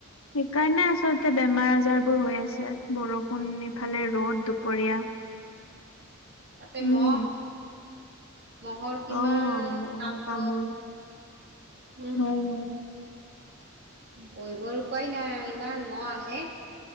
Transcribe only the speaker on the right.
তাতে
মহ মহৰ কিমান
তাণ্ডৱ
উম।
বহিবৰ উপায় নাই, ইমান মহ আহে।